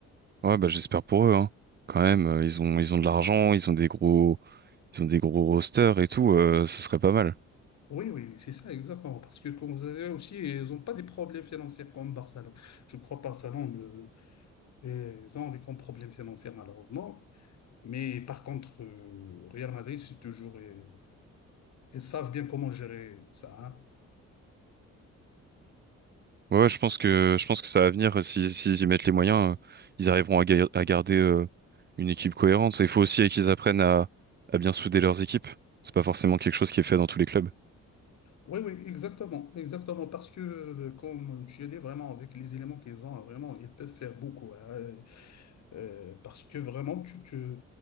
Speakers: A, on the right; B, on the left.
A: Ouais, bah j'espère pour eux, hein. Quand même, euh, ils ont ils ont de l'argent, ils ont des gros ils ont des gros rosters et tout. euh, ce serait pas mal.
B: Oui, oui, oui, c'est ça, exactement. Parce que, comme vous avez aussi, ils n'ont pas des problèmes financiers comme Barcelone. Je crois que Barcelone, euh, euh, ils ont des grands problèmes financiers, malheureusement. Mais par contre, euh, Real Madrid, c'est toujours, euh, ils savent bien comment gérer ça, hein.
A: Ouais, ouais, je pense que je pense que ça va venir. Si s'ils y mettent les moyens, euh, ils arriveront à, ga- à garder euh, une équipe cohérente. Il faut aussi qu'ils apprennent à, à bien souder leurs équipes. C'est pas forcément quelque chose qui est fait dans tous les clubs.
B: Oui, oui, exactement, exactement, parce que, euh, comme tu as dit, vraiment, avec les éléments qu'ils ont, vraiment, ils peuvent faire beaucoup, hein, euh, euh, parce que vraiment, tu te,